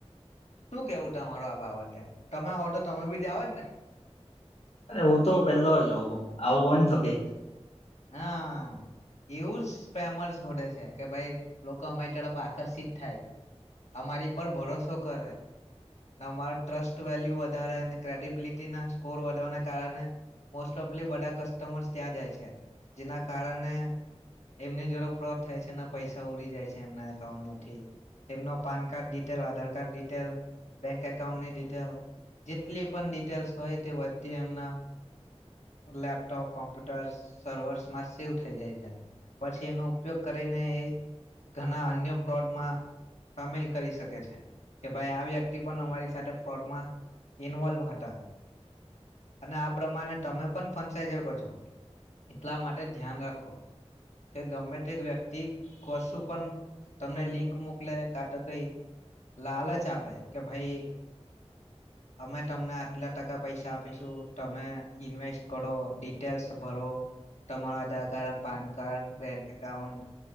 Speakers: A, on the left; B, on the left.
A: શું કેવું તમાર આ બાબતે તમે તો તમે બી જાઓજ ને
B: અરે હું તો પેલા જ હોું આવું હોય તો કઈક
A: હા એવું જ સ્પેમર છોડે છે કે ભાઈ લોકો અમારી તરફ આકર્ષિત થાય અમારી પર ભરોસો કરે અમારો ટ્રસ્ટ વેલ્યુ વધારે અને ક્રેડિબિલિટીના સ્કોર વધવાના કારણે મોસ્ટ ઓફ બધા કસ્ટમર્સ ત્યાં જાય છે જેના કારણે એમની જોડ ફ્રોડ થાય છે ના પૈસા ઉડી જાય છે એમના એકાઉન્ટમાંથી તેમના PAN card detail Aadhaar card detail bank એકાઉન્ટની ડિટેલ જેટલી પણ ડિટેલ્સ હોય તે બધી એમના લેપટોપ કોમ્પ્યુટર્સ સર્વર્સમાં સેવ થઈ જાય છે પછી એનો ઉપયોગ કરીને એ ઘણા અન્ય ફ્રોડમાં સામેલ કરી શકે છે કે ભાઈ આ વ્યક્તિ અમારી સાથે ફ્રોડમાં ઇન્વોલ્વ હતા અને આ પ્રમાણે તમે પણ ફંસાાઈ શકો છો એટલા માટે ધ્યાન રાખો કે ગમે તે વ્યક્તિ કશું પણ તમને લિંક મોકલે કા તો કઈ લાલચ આપે કે ભાઈ અમે તમને આટલા ટકા પૈસા આપીશું તમે ઇન્વેસ્ટ કરો ડિટેલ્સ ભરો તમારો Aadhaar card PAN card bank account